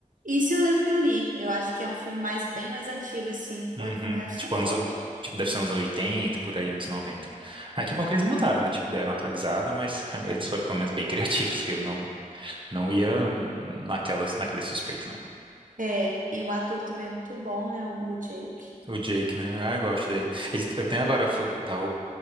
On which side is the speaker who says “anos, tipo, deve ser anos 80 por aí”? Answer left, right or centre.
Right